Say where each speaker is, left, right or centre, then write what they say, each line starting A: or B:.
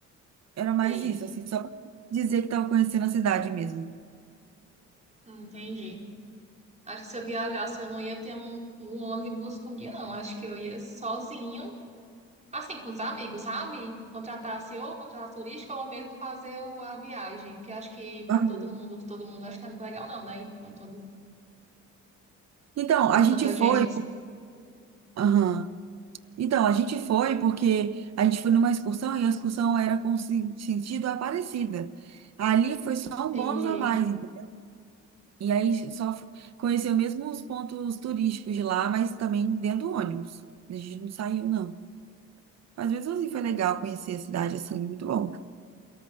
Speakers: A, on the right (about 60°); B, on the right (about 25°).
A: Era mais
B: Sei.
A: isso, assim, só pra dizer que tava conhecendo a cidade mesmo.
B: Hum, Entendi. Acho que se eu viajasse, eu não ia ter um, um ônibus com guia, não. Acho que eu ia sozinho, assim, com os amigos, sabe? Contratasse ou contratasse turístico ou mesmo fazer o- a viagem, que acho que para
A: Uhum.
B: todo mundo, todo mundo acho que não é muito legal, não, né? E Com todo,
A: Então,
B: com
A: a gente
B: tanta
A: foi.
B: gente.
A: aham. Então, a gente foi porque a gente foi numa excursão e a excursão era com sen- sentido Aparecida. Ali foi só um
B: Entendi.
A: bônus a mais. entendeu? E aí só f- conheceu mesmo os pontos turísticos de lá, mas também dentro do ônibus. A gente não saiu, não. Mas mesmo assim foi legal conhecer a cidade, assim, muito bom.